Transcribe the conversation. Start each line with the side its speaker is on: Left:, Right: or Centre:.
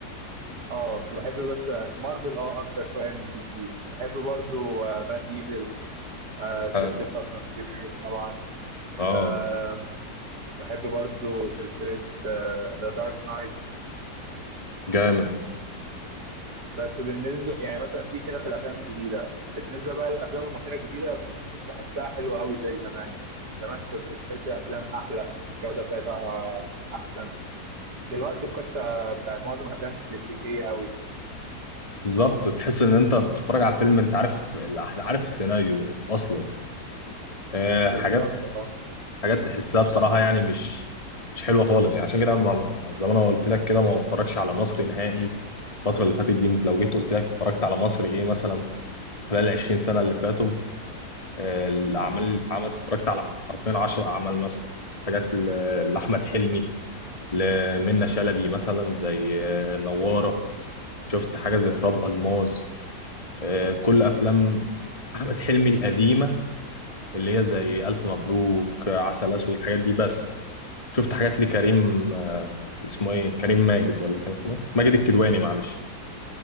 Right: اه بحب بس مارفل اه اكتر شويه من دي سي بحب برضو آه، فان ديزل آه، سلسله
Left: حلو
Right: فاست اند فيوريوس طبعا
Left: اه
Right: آم، بحب برضو سلسله ذا دارك نايت
Left: جامد
Right: بس بالنسبه يعني مثلا دي كده في الافلام الجديده بالنسبه بقى للافلام المصريه الجديده مش بحسها حلوه قوي زي زمان يعني زمان كنت تحس الافلام احلى الجوده بتاعتها احسن دلوقتي القصة بتاعت معظم الأفلام كلاسيكية أوي
Left: بالظبط تحس ان انت بتتفرج على الفيلم انت عارف الأح- عارف السيناريو اصلا آه،
Right: بالظبط
Left: حاجات
Right: أه
Left: حاجات تحسها بصراحة يعني مش مش حلوة خالص يعني عشان كده ما- زي ما انا قلت لك كده ما بتفرجش على مصري نهائي الفترة اللي فاتت دي انت لو جيت قلت لك اتفرجت على مصري ايه مثلا خلال 20 سنة اللي فاتوا آه، الأعمال اللي اتعملت اتفرجت على حرفيا 10 أعمال مثلا حاجات ل- لأحمد حلمي لمنى شلبي مثلا زي آه، نوارة شفت حاجة زي تراب الماس آه، كل أفلام أحمد حلمي القديمة اللي هي زي ألف مبروك آه، عسل أسود الحاجات دي بس شفت حاجات لكريم آه، اسمه ايه كريم ماجد ولا كان اسمه ايه ماجد الكدواني معلش